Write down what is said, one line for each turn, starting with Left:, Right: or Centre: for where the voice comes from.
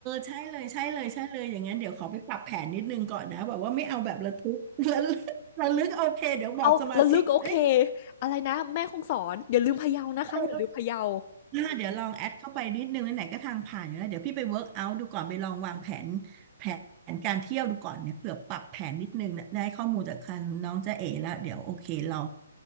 Right: ใช่เลยใช่เลยใช่เลยอย่างงั้นเดี๋ยวขอไปปรับแผนนิดนึงก่อนนะแบบว่าไม่เอาแบบระทึก <laughs> แล้วระลึกโอเคเดี๋ยวบอกสมาชิกเอ้ย
Left: เอาระลึกโอเคอะไรนะแม่คงสอนอย่าลืมพะเยานะคะอย่าลืมพะเยา
Right: เออ อ่าเดี๋ยวลองแอดเข้าไปนิดนึงไหนๆก็ทางผ่านอยู่แล้วเดี๋ยวพี่ไปเวิร์กเอาท์ดูก่อนไปลองวางแผนแผนการเที่ยวดูก่อนเนี่ยเผื่อปรับแผนนิดนึงเนี่ยได้ข้อมูลจากคันน้องจ๊ะเอ๋แล้วเดี๋ยวโอเคเรอ